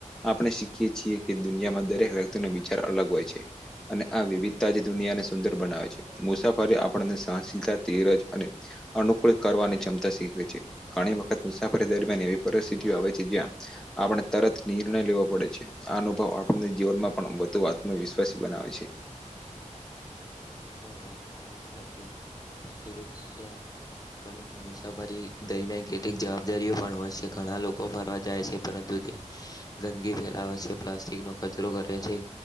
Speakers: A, in the centre; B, on the left (about 30°).
A: આપણે શીખીએ છીએ કે દુનિયામાં દરેક વ્યક્તિનો વિચાર અલગ હોય છે, અને આ વિવિધતા જે દુનિયાને સુંદર બનાવે છે, મુસાફરી આપણને સહનશીલતા, ધીરજ અને અનુકૂળ કરવાની ચમતા શીખવે છે. ઘણી વખત મુસાફરી દરમિયાન એવી પરિસ્થિતિઓ આવે છે, જ્યાં આપણને તરત નિર્ણય લેવો પડે છે, આ અનુભવ આપણને જીવનમાં પણ વધુ આત્મવિશ્વાસી બનાવે છે.
B: આ વાત તારી સાચી, સુરક્ષા પરંતુ મુસાફરી દરમિયાન કેટલીક જવાબદારીઓ પણ હોય છે, ઘણા લોકો ફરવા જાય છે, પરંતુ ત્યાં ગંદગી ફેલાવે છે. પ્લાસ્ટિકનો કચરો કરે છે,